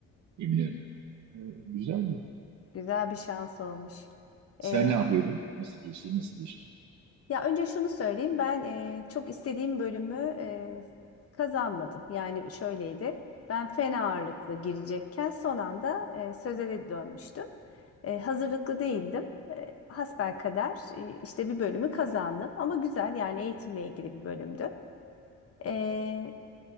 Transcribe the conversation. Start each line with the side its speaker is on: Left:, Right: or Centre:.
Right: Eminönü'nü. Ee, güzeldi.
Left: Güzel bir şans olmuş.
Right: Sen
Left: E,
Right: ne yapıyordun? Nasıl geçti? Nasıl geçti?
Left: Ya önce şunu söyleyeyim. Ben e, çok istediğim bölümü e, kazanmadım. Yani şöyleydi. Ben fen ağırlıklı girecekken son anda e, sözele dönmüştüm. E, hazırlıklı değildim. E, hasbelkader e, işte bir bölümü kazandım. Ama güzel yani eğitimle ilgili bir bölümdü. E,